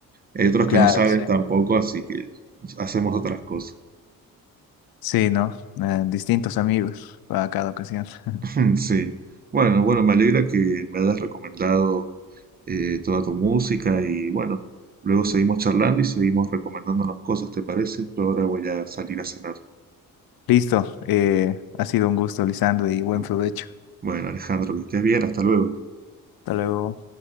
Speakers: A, on the right (about 30°); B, on the left (about 90°).
A: Hay otros
B: Claro,
A: que no salen
B: sí.
A: tampoco, así que hacemos otras cosas.
B: Sí, ¿no? Eh, distintos amigos para cada ocasión. <laughs>
A: <laughs> Sí. Bueno, bueno, me alegra que me hayas recomendado. eh, toda tu música y bueno, luego seguimos charlando y seguimos recomendándonos cosas, ¿te parece? Yo ahora voy a salir a cenar.
B: Listo, eh, ha sido un gusto, Lisandro, y buen
A: Mm,
B: provecho.
A: Bueno, Alejandro, que estés bien, hasta luego.
B: Hasta luego.